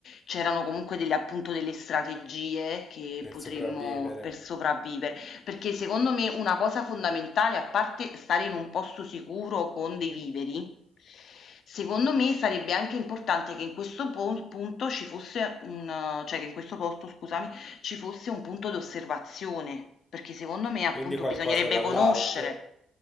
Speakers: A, on the left; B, on the left.
A: c'erano comunque delle, appunto delle strategie che
B: per
A: potremmo
B: sopravvivere.
A: per sopravvivere, perché secondo me una cosa fondamentale, a parte stare in un posto sicuro con dei viveri, Secondo me sarebbe anche importante che in questo pon punto ci fosse un eh, cioè che in questo posto, scusami, ci fosse un punto d'osservazione, perché secondo me appunto
B: Quindi qualcosa
A: bisognerebbe
B: dall'alto.
A: conoscere.